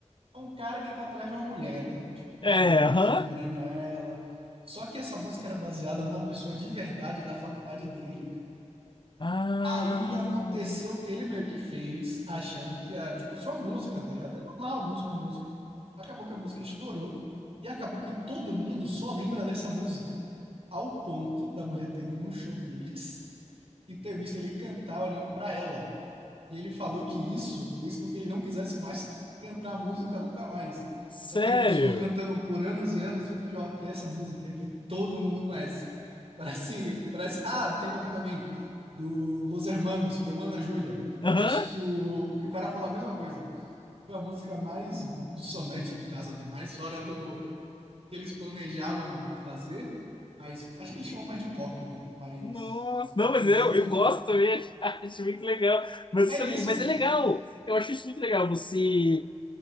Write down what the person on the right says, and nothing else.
É um cara que tá atrás de uma mulher, né? Que, Tipo, tá
ali
vislumbrando ela. Só que essa música era baseada numa pessoa de verdade da faculdade dele, cara.
Aí aconteceu o que ele meio que fez, achando que ia, tipo, só música, tá ligado? É normal, música, música. Acabou que a música estourou e acabou que todo mundo só lembra dessa música. Ao ponto da mulher ter ido num show deles e ter visto ele cantar olhando pra ela. E ele falou que isso fez com que ele não quisesse mais cantar música nunca mais.
Só que ele continuou cantando por anos e anos, e o pior que essa música é que todo mundo conhece. Parece, parece. Ah, tem uma também do Los Hermanos, que é o Ana Júlia.
Acho que o, que o cara fala a mesma coisa. Que foi a música mais dissonante, no caso, né? Mais fora do, do que eles planejavam fazer. Mas acho que ele chamou mais de pop, né? Mais,
mais popzinha.
É
isso,
a gente.